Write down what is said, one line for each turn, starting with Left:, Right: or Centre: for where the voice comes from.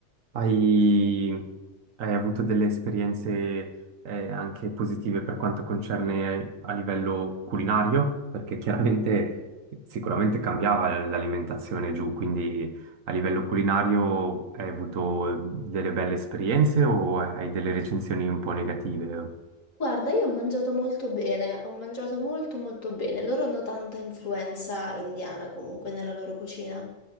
Right: hai, hai avuto delle esperienze eh, anche positive per quanto concerne a livello culinario? Perché chiaramente sicuramente cambiava l- l'alimentazione giù, quindi a livello culinario hai avuto delle belle esperienze o hai delle recensioni un po' negative?
Left: Guarda, io ho mangiato molto bene, ho mangiato molto molto bene. Loro hanno tanta influenza indiana comunque nella loro cucina.